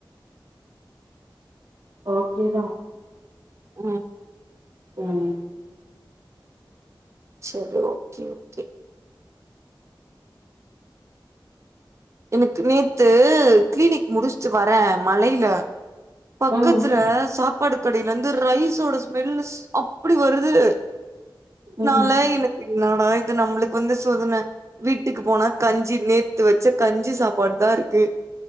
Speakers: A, on the right; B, on the right.
A: ஓகேதா
B: ம்
A: ம்
B: சேரி ஓகே ஓகே எனக்கு நேத்து கிளீனிக் முடுச் ச்சு வர மழையில பக்கத்துல
A: ம்
B: சாப் பாடு கடையில இருந்து ரைஸோட ஸ்மெல்லுஸ் அப்புடி வருது
A: ம்
B: நாலா எனக்கு என்னடா இது நம்மளுக்கு வந்து சோதன வீட்டுக்கு போனா கஞ்சி நேத்து வெச்சு கஞ்சி சாப் பாடுதா இருக்கு